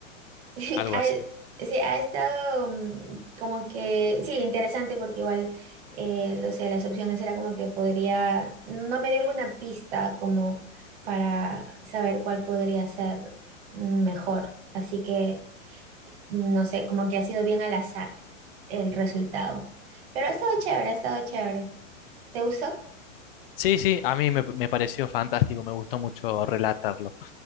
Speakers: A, on the right (about 50°); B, on the left (about 50°).
A: <laughs>
B: Algo
A: Ha,
B: así.
A: sí, ha estado mm, como que, sí, interesante porque igual, eh, no sé, las opciones era como que podría, no me dio alguna pista como para saber cuál podría ser mm, mejor. Así que, mm, no sé, como que ha sido bien al azar el resultado. Pero ha estado chévere, ha estado chévere. ¿Te gustó?
B: Sí, sí, a mí me, me pareció fantástico, me gustó mucho relatarlo.